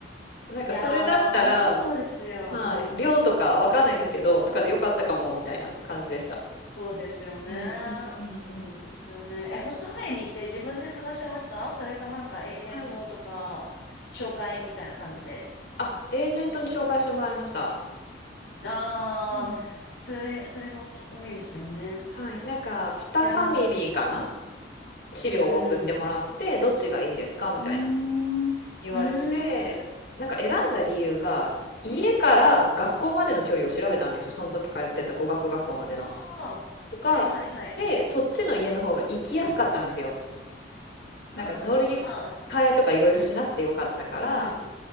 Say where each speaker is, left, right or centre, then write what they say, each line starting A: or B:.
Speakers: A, on the left; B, on the left.
A: なんかそれだったら、
B: いやー、ほんとそうですよ。
A: はい、
B: うん、
A: 寮とかわかんないですけど、とかでよかったかも、みたいな感じでした。
B: そうですよね。
A: うんうんうんうん。
B: そうですよね。え、ホストファミリーって自分で探してましたそれかなんかエージェントとか、
A: はい。
B: 紹介みたいな感じで。
A: あ、エージェントに紹介してもらいました。
B: あー、
A: うん。
B: それ、それが大き多いですよね。
A: はい。なんか、2ファミリーかな
B: いやー、
A: 資料を送ってもらって、
B: うん。
A: どっちがいいですかみたいな
B: うーん。うーん。
A: 言われて、なんか選んだ理由が、家から学校までの距離を調べたんですよ。
B: えーうんうん
A: その時通ってた語学学校までの。
B: ああ、
A: とか、
B: はいはいはい。
A: で、そっちの家の方が行きやすかったんですよ。
B: あ
A: なんか乗り
B: あ、
A: 換えとかいろいろしなくてよかったから、
B: うん、う